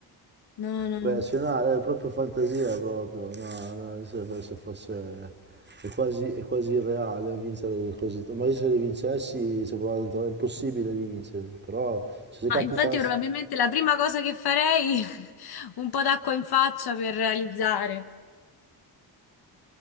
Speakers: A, on the left (about 65°); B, on the right (about 25°).
A: No, no.
B: Per scenare è proprio fantasia proprio, no, no, se, se fosse... È quasi, è quasi irreale vincere così. Ma io se li vincessi ci ho provato tanto, è impossibile vincere, però se
A: Ah,
B: capitasse...
A: infatti, probabilmente la prima cosa che farei <laughs> un po' d'acqua in faccia per realizzare.